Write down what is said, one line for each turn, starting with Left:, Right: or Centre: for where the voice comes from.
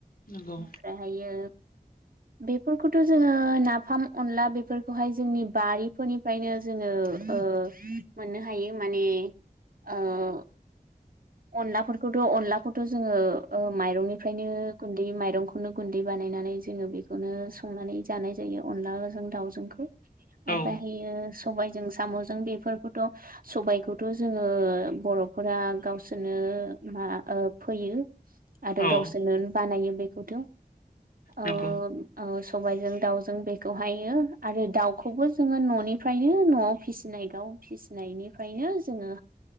Left: नंगौ
Right: ओमफ्रायहायो। बेफोरखौथ' जोङो नाफाम अनला बेफोरखौहाय जोंनि बारिफोरनिफ्रायनो जोङो। ओ मोननो हायो माने ओ। अनलाफोरखौथ' अनलाखौथ' जोङो ओ माइरंनिफ्रायनो गुन्दै माइरंखौनो गुन्दै बानाय। बानायनानै जोङो बेखौनो संनानै जानाय जायो अनलाजों दाउजोंखौ। ओमफ्रायहायो।
Left: औ
Right: सबायजों साम'जों बेफोरखौथ' सबायखौथ' जोङो बर'फोरा गावसोर गावसोरनो मा ओ फोयो आरो
Left: औ
Right: गावसोरनो बानायो बेखौथ' औ
Left: नंगौ
Right: औ। सबायाइजों दाउजों बेखौहायो आरो दाउखौबो जोङो न'निफ्रायनो न'आव फिसिनाय गाव फिसिनायनिफ्रायनो जोङो